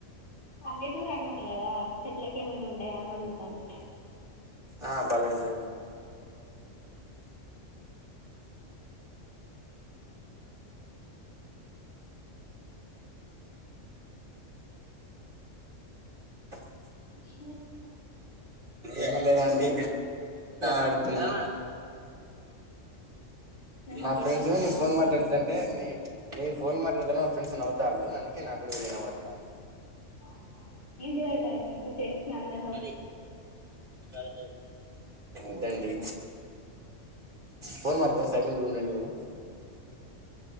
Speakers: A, on the left; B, on the right.
A: పల్లెటూరు అన్నారు కదా. చెట్లకి ఏమైనా ఉంటాయా అని అడుగుతాను
B: ఆ పర్లేదు లేండి. <inaudible>
A: ఇంకేం చేస్తా-
B: ఏం లేదండి. ఆడుతున్నా
A: మీ
B: యో మా
A: మమ్మీ
B: ఫ్రెండ్స్
A: వాళ్ళు
B: నేను ఫోన్
A: ఇట్లా
B: మాట్లాడుతుంటే
A: ఏం చేస్తున్నారండి
B: నేను ఫోన్ మాట్లాడుతున్న మా ఫ్రెండ్స్ నవ్వుతాళ్ళు. అందుకే నాకుడ వినబడతాంది.
A: ఆహా ఏంటిదటఅండి మీ ఫ్రెండ్స్ అందర-
B: సరే. సర- వదండి. ఫోన్ మాట్లాడుతాన సైలెంట్గా ఉండండి మీరు.